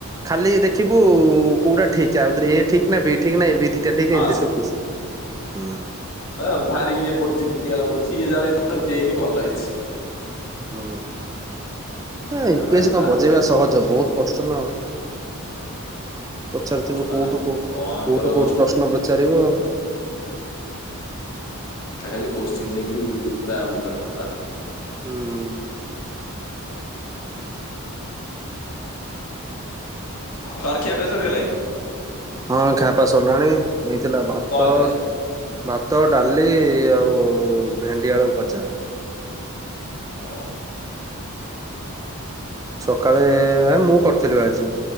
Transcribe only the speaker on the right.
ଖାଲି ଦେଖିବୁ-ଉ-ଉ-ଉ କୋଉଟା ଠିକ୍ ଆ ଭିତରେ ଏ ଠିକ୍ ନା ବି ଠିକ୍ ନା ଏ ବି ଦି ଟା ଠିକ୍
ଏମିତି ସବୁ କୋସଚିନ।
ହୁଁ। ଏ-ଏ-ଏ
ୟୁ ପି ଏସ୍ କଣ
ବଜେଇବା
ସହଜ ବହୁତ କଷ୍ଟ ନା। ପଚାରୁଥିବୁ
କୋଉଠୁ
କୋ କୋଉଠୁ
କୋଉଠୁ ପ୍ରଶ୍ନ ପଚାରିବ।
ହୁଁ।
ହଁ ଖିଆ ପିଆ ସରିଲାଣି ହେଇଥିଲା ଭାତ
ଭାତ, ଡାଲି ଆଉ-ଉ-ଉ-ଉ ଭେଣ୍ଡି ଆଳୁ ଭଜା।
ସକାଳେ-ଏ-ଏ-ଏ ଆ ମୁଁ କରିଥିଲି ବା ଆଜି।